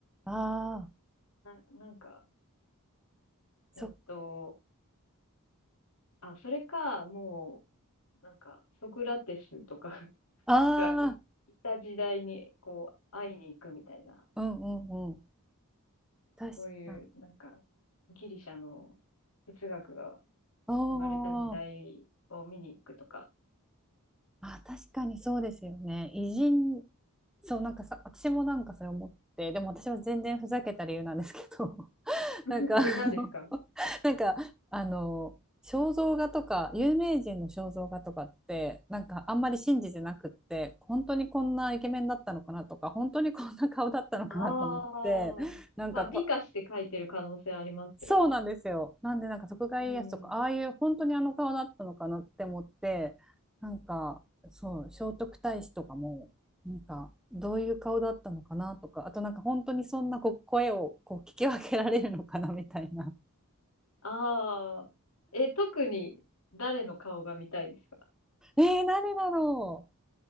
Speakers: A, in the centre; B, on the left.
A: ああ、
B: な、なんか、
A: そっ
B: えっと、あ、それか、もう、なんか、ソクラテスとか <laughs>
A: あ
B: がい、いた時代に、こう、会いに行くみたいな、
A: あー、うんうんうん。確か。
B: そういう、なんか、ギリシャの哲学が、
A: お
B: 生まれた時代を見に行くとか。
A: お、あ、確かにそうですよね。偉人、そう、なんかさ、私もなんかそれ思って、でも私は全然ふざけた理由なんですけど、<laughs>
B: <laughs>
A: なんか、
B: え、
A: あの、
B: 何ですか
A: <laughs> なんか、あの、肖像画とか、有名人の肖像画とかって、なんかあんまり信じてなくって、本当にこんなイケメンだったのかなとか、本当にこんな顔だったのかなと思って、
B: ああ、
A: なんかと
B: まあ、美化して書いてる可能性ありますよね。
A: そうなんですよ。なんで、なんか、徳川家康とか、
B: うん。
A: ああいう本当にあの顔だったのかなって思って、なんか、そう、聖徳太子とかも、なんか、どういう顔だったのかなとか、あとなんか、本当にそんなこう声をこう聞き分けられるのかなみたいな。
B: ああ、え、特に誰の顔が見たいですか
A: <laughs> えー、誰だろ